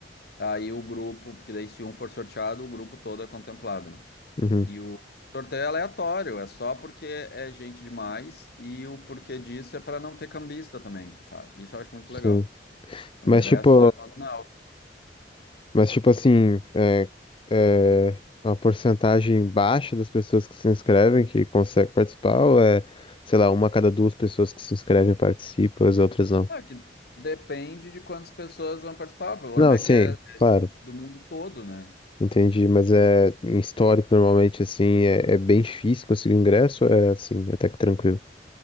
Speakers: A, on the left; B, on the left.
A: Aí o grupo, porque daí se um for sorteado, o grupo todo é contemplado, né?
B: Uhum,
A: E o sorteio é aleatório, é só porque é gente demais e o porquê disso é para não ter cambista também, sabe? Isso eu acho muito
B: sim.
A: legal. O
B: Mas
A: ingresso
B: tipo,
A: é nominal.
B: mas tipo assim, é, é uma porcentagem baixa das pessoas que se inscrevem que consegue participar ou é, sei lá, uma a cada duas pessoas que se inscrevem participa, as outras não?
A: É que depende de quantas pessoas vão participar. O problema
B: Não,
A: é
B: sim,
A: que é é
B: claro.
A: gente do mundo todo, né?
B: Entendi, mas é em histórico normalmente assim é, é bem difícil conseguir ingresso, é assim, até que tranquilo.